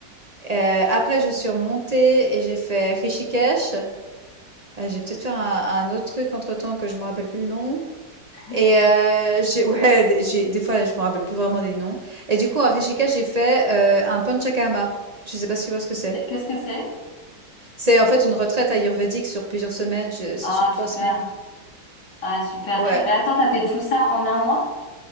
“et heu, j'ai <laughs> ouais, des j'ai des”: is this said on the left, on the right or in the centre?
Right